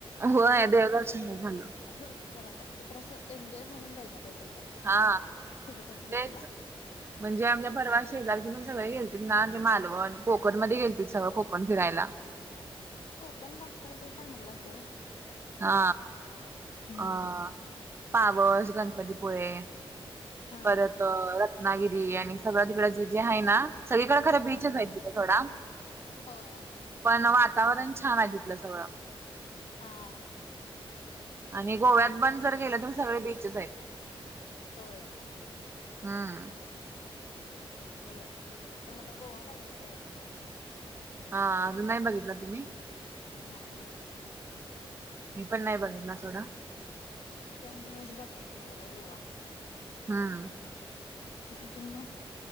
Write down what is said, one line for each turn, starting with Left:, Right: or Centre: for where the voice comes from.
Right: होय
Left: देव
Right: देवदर्शन नाही झालं.
Left: भरपूर झालं आता कुठंत तर असं एन्जॉय म्हणून जायला पाहिजे आता.
Right: हा
Left: कुठ तर ट्रिपला
Right: तेच म्हणजे आमच्या परवा शेजारची पण सगळे गेलतीत ना ते मालवण कोकण मध्ये गेलती सगळं कोकण फिरायला.
Left: कोकण भाग तर काय चांगलाच आहे.
Right: हा
Left: हम्म.
Right: अ पावस गणपती पुळे
Left: हा
Right: परत रत्नागिरी आणि सगळ्या तिकड जे जे आहे ना, सगळीकडे खरं
Left: हा
Right: बीचच आहेत तिथं सोडा.
Left: होय
Right: पण वातावरण छान आहे तिथल सगळं.
Left: हां
Right: आणि गोव्यात पण जर गेलं तर सगळ बीचच आहेत.
Left: होय
Right: हां
Left: गोव्यात पण तसंच पण मला गोवा बघायचा आहे.
Right: आ अजून नाही बघितलं तुम्ही?
Left: नाही बघितला.
Right: मी पण नाही बघितला सोडा.
Left: त्यामुळेच बघायचा आहे जरा गोवा.
Right: हां.
Left: अजून म